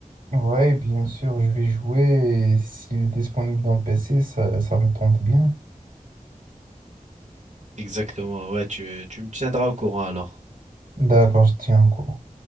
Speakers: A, on the right (about 75°); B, on the right (about 55°).
A: Ouais, bien sûr, je vais jouer et s'il est disponible dans le PC, ça, ça me tente bien.
B: Exactement, ouais, tu, tu me tiendras au courant alors.
A: D'accord, je tiens au courant.